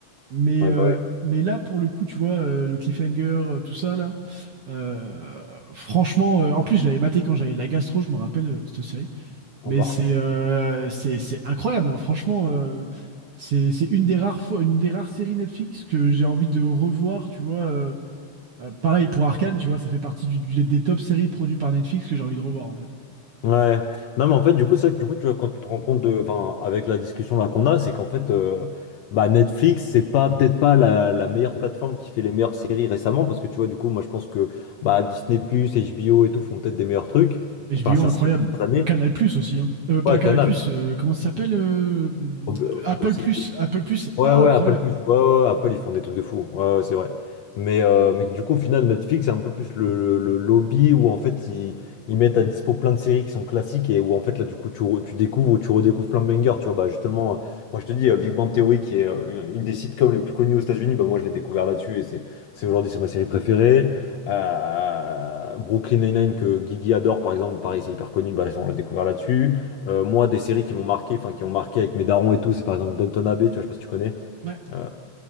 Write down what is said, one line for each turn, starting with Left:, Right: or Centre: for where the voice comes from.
Right: Mais,
Left: ouais,
Right: euh,
Left: bah, ouais.
Right: mais là, pour le coup, tu vois, euh, le cliffhanger, euh, tout ça, là, euh, franchement, euh, en plus, je l'avais maté quand j'avais la gastro, je me rappelle, euh, cette série.
Left: en
Right: Mais
Left: bas.
Right: c'est euh, c'est, c'est incroyable, hein, franchement. euh, c'est c'est une des rares fois, une des rares séries Netflix que j'ai envie de revoir, tu vois. euh, euh, pareil pour Arcane, tu vois, ça fait partie du- du- des top séries produites par Netflix que j'ai envie de revoir, en fait.
Left: Ouais. Non, mais en fait, du coup, c'est vrai que du coup, tu vois, quand tu te rends compte de, enfin, avec la discussion là qu'on a, c'est qu'en fait, euh, bah, Netflix, c'est pas peut-être pas la, la meilleure plateforme qui fait les meilleures séries récemment, parce que tu vois, du coup, moi, je pense que bah, Disney+, HBO et tout font peut-être des meilleurs trucs,
Right: HBO,
Left: enfin, sur
Right: incroyable.
Left: ces dernières années.
Right: Et Canal Plus aussi, hein. Euh, pas
Left: Ouais,
Right: Canal
Left: Canal.
Right: Plus, euh, comment ça s'appelle euh,
Left: Au-
Right: Apple
Left: au-
Right: Plus. Apple Plus, c'est
Left: Ouais,
Right: incroyable.
Left: ouais, Apple plus. Ouais, ouais, ouais, Apple, ils font des trucs de fou. Ouais, ouais, c'est vrai. Mais, euh, mais du coup, au final, Netflix, c'est un peu plus le, le- le lobby où en fait, ils, ils mettent à dispo plein de séries qui sont classiques et où en fait, là, du coup, tu, re- tu découvres ou tu redécouvres plein de bangers. Tu vois, bah justement, euh, moi, je te dis, euh, Big Bang Theory, qui est euh, une des sitcoms les plus connues aux États-Unis, bah moi, je l'ai découvert là-dessus et c'est c'est aujourd'hui, c'est ma série préférée. Euh, Brooklyn Nine-Nine que Guigui adore par exemple, pareil c'est hyper connu, bah, on l'a découvert là-dessus. Euh, moi des séries qui m'ont marqué, enfin qui ont marqué avec mes darons et tout, c'est par exemple Downton Abbey, tu vois, je sais pas si tu connais.
Right: Ouais.
Left: Euh,